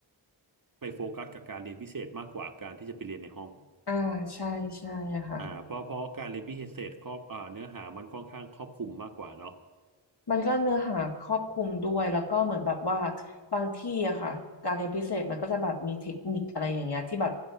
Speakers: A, on the right; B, on the left.
A: ไปโฟกัสกับการเรียนพิเศษมากกว่าการที่จะไปเรียนในห้อง
B: อ่าใช่ใช่ค่ะ
A: อ่าเพราะเพราะการเรียนพิเศษครอบอ่าเนื้อหามันค่อนข้างครอบคลุมมากกว่าเนาะ
B: มันก็เนื้อหาครอบคลุมด้วยแล้วก็เหมือนแบบว่าบางที่อะค่ะการเรียนพิเศษมันก็จะแบบมีเทคนิคอะไรอย่างเงี้ยที่แบบ